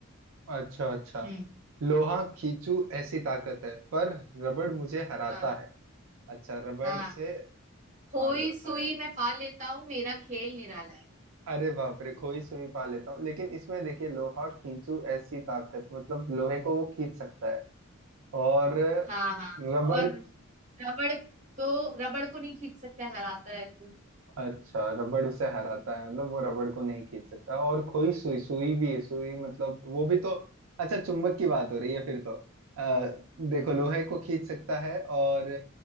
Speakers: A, on the right; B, on the right.
A: अच्छा अच्छा
B: हम्म
A: लोहा खींचू ऐसी ताकत है पर रबड़ मुझे हराता
B: हाँ
A: है अच्छा रबड़
B: हाँ
A: से
B: खोई
A: हार जाता
B: सुई
A: है
B: मैं पा लेता हूँ मेरा खेल निराला है
A: अरे बाप रे खोई सुई पा लेता हूँ लेकिन इसमें देखिए लोहा खींचू ऐसी ताकत मतलब लोहे को वो खींच सकता है और
B: हाँ हाँ
A: रबड़
B: और रबड़ को रबड़ को नहीं खींच सकता हराता है तू
A: अच्छा रबड़ उसे हराता है मतलब वो रबड़ को नहीं खींच सकता और खोई सुई सुई भी है सुई मतलब वो भी तो अच्छा चुंबक की बात हो रही है फिर तो आ, देखो लोहे को खींच सकता है और